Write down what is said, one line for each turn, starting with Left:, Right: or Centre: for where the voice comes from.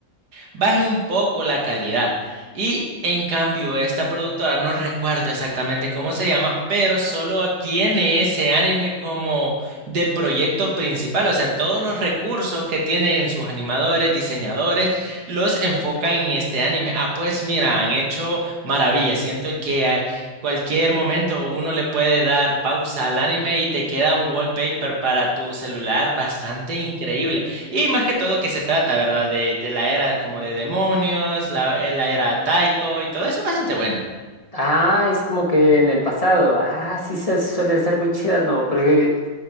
Right: baje un poco la calidad. Y en cambio, esta productora, no recuerdo exactamente cómo se llama, pero solo tiene ese anime como de proyecto principal. O sea, todos los recursos que tienen en sus animadores, diseñadores, los enfocan en este anime. Ah, pues mira, han hecho maravillas. Siento que a cualquier momento uno le puede dar pausa al anime y te queda un wallpaper para tu celular bastante increíble. Y más que todo que se trata, ¿verdad? De, de la era como de demonios, la, eh, la era Taiko y todo eso es bastante buena.
Left: Ah, es como que en el pasado, ah, sí se suelen ser muy chidas, ¿no? Porque